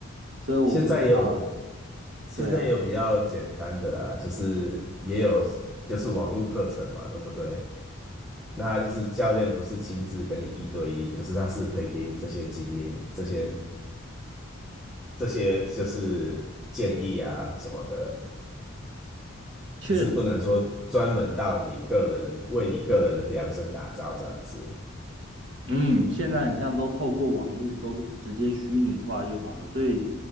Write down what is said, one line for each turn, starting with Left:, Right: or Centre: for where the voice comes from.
Right: 所以我不知道啊。
Centre: 现在也有，现在也有比较简单的啦，
Right: 对啊，
Centre: 就是也有就是网络课程嘛，对不对？那他就是教练不是亲自跟你一对一，可是他是可以给你这些经验、这些这些就是建议啊什么的。
Right: 确。
Centre: 只是不能说专门到你个人为你个人量身打造这样子。
Right: 嗯，现在很像都透过网络都直接虚拟化就好了，所以